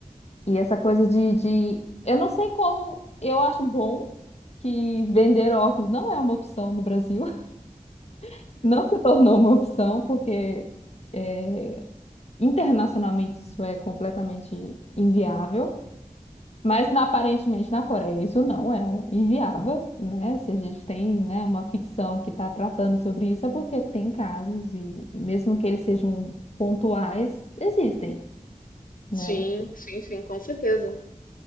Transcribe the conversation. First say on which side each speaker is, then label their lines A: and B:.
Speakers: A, on the left; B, on the left.
A: e essa coisa de, de, eu não sei como, eu acho bom que vender óculos não é uma opção no Brasil. <laughs> Não se tornou uma opção, porque é, Internacionalmente isso é completamente inviável, mas na- aparentemente na Coreia isso não é um- inviável, né? Se a gente tem, né, uma ficção que está tratando sobre isso, é porque tem casos e, e mesmo que eles sejam pontuais, existem, né?
B: sim, sim, sim, com certeza.